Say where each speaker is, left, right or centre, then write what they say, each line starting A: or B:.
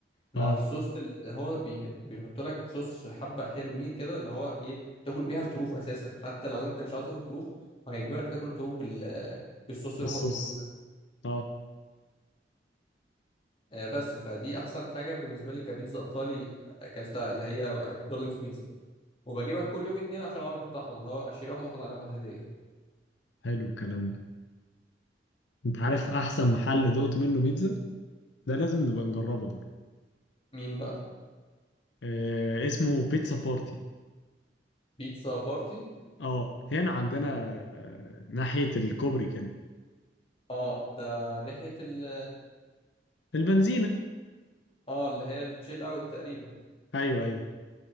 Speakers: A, on the left (about 35°); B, on the left (about 85°).
A: مع
B: اه
A: الصوص اللي هو بي... بيحط لك صوص حبه حلوين كده اللي هو ايه تاكل بيها الطروف اساسا حتى لو انت مش عاوز تاكل طروف هيجبرك تاكل الطروف بال... بالصوص
B: بالصوص
A: اللي هما بيديهولك
B: اه
A: آه، بس فدي احسن حاجه بالنسبه لي كبيتزا ايطالي آه، اكلتها اللي هي دومينوز بيتزا وبجيبها كل يوم اتنين عشان العرض بتاعهم اللي هو اشتري واحده واخد عليها واحده هديه
B: حلو الكلام ده انت عارف احسن محل دقت منه بيتزا ده لازم نبقى نجربه ده
A: مين بقى
B: آه اسمه بيتزا بارتي
A: بيتزا بارتي
B: اه هنا عندنا آه ناحية الكوبري كده
A: اه ده ناحيه ال
B: البنزينة
A: اه آه، اللي هي التشيل اوت تقريبا
B: ايوه ايوه